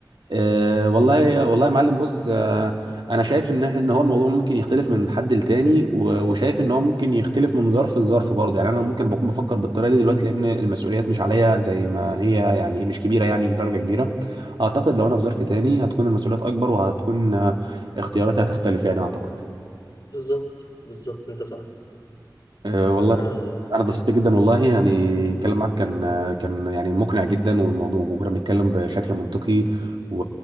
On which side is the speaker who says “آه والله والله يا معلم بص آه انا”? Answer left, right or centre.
Right